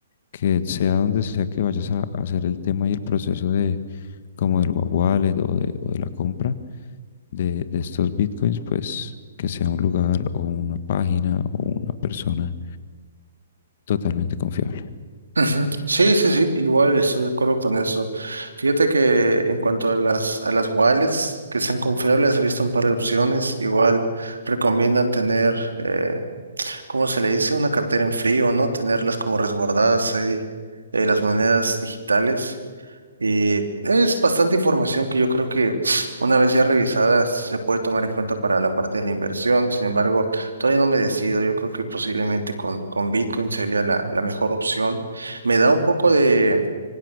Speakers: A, on the left (about 50°); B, on the right (about 85°).
A: que sea donde sea que vayas a, a hacer el tema y el proceso de como del wallet o de, o de la compra de, de estos bitcoins, pues que sea un lugar o una página o una persona totalmente confiable.
B: Ujú. Sí, sí, sí, igual estoy de acuerdo con eso. Fíjate que en cuanto a las, a las wallets que sean confiables, he visto un par de opciones. Igual recomiendan tener, eh, ¿cómo se le dice? Una cartera en frío, ¿no? Tenerlas como resguardadas ahí, eh, las monedas digitales. Y es bastante información que yo creo que una vez ya revisada se puede tomar en cuenta para la parte de la inversión. Sin embargo, todavía no me decido. Yo creo que posiblemente con, con Bitcoin sería la, la mejor opción. Me da un poco de,